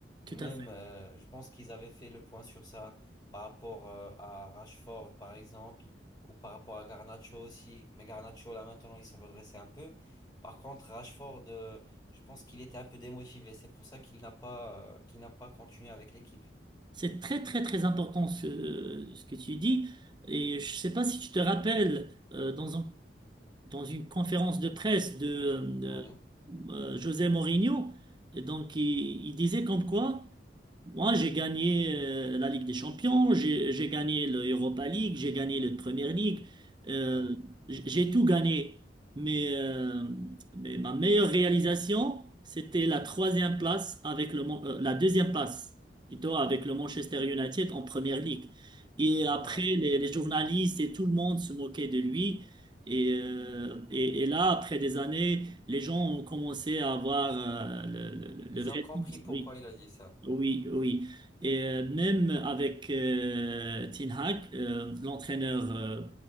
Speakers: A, on the right; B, on the left.
A: tout
B: Même,
A: à fait.
B: euh, je pense qu'ils avaient fait le point sur ça par rapport euh, à Rashford, par exemple, ou par rapport à Garnacho aussi. Mais Garnacho, là, maintenant, il s'est redressé un peu. Par contre, Rashford, euh, je pense qu'il était un peu démotivé. C'est pour ça qu'il n'a pas, euh, qu'il n'a pas continué avec l'équipe.
A: C'est très très très important ce, ce que tu dis. Et je sais pas si tu te rappelles euh, dans un- dans une conférence de presse de, euh,
B: Ouais,
A: euh, José Mourinho, donc il, il disait comme quoi Moi, j'ai gagné euh, la Ligue des Champions, j'ai j'ai gagné l'Europa League, j'ai gagné la Premier League, euh,
B: ouais,
A: j- j'ai tout gagné. Mais, euh, mais ma meilleure réalisation, c'était la troisième place avec le, Mon- euh, la deuxième place, plutôt avec le Manchester United en Premier League. Et après,
B: ouais.
A: les, les journalistes et tout le monde se moquaient de lui. Et, euh, et, et là, après des années, les gens ont commencé à avoir euh, le, le, le
B: Ils
A: vrai
B: ont compris
A: sens.
B: pourquoi
A: Oui.
B: il a dit ça.
A: Oui, oui. Et euh, même avec euh, Ten Hag, euh, l'entraîneur euh,